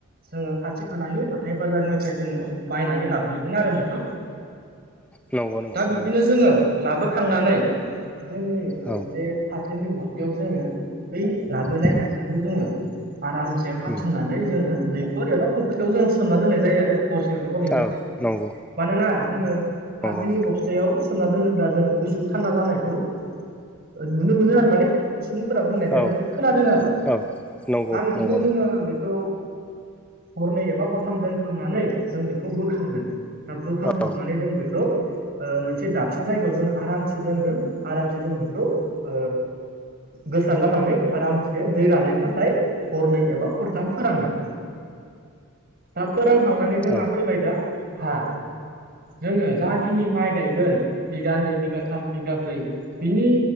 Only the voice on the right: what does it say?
जोङो खाथि खालानि हाथाय बाजारनिफ्राय जोङो बायनानै लाबग्रोगोन आरो नोंथां।
दा बिबदिनो
जोङो लाबोखांनानै जोंनि ओ
जे फाथोनि बस्थायाव जोङो बै लाबोनाय
माइज्लिखौ जोङो आरामसे खाथुमनानै
जोङो दैखर एबा फुख्रियाव जों सोमना दोननाय जायो आरो। हरसे बा हरैनि
थाखाय
मानोना जोङो
फाथोनि
बस्थायाव खोबना दोनोब्ला जोङो गुसु थान्दा जानायखौ ओ नुनो मोनो आरो माने सुबुंफोरा बुंनायखाय
माने खोनादों आरो दा
बिबदिनो
जोङो बेखौ हरनै एबा हरथाम दोनखांनानै जों बेखौ बोखांगोन दा बोखांखांनानै
जों बेखौ ओ मोनसे दाबसे जायगायाव जों आरामसे दोनगोन आरामसे जों बेखौ ओ गोसारलानानै आरामसे दै रानायनि थाखाय हरनै एबा हर थाम फोरानगोन दा फोरानखांनानै जोंहा
फैबाय दा हा जोङो जाखिनि माइ गायगोन बिगानैै बिगाथाम बिगाब्रै बिनि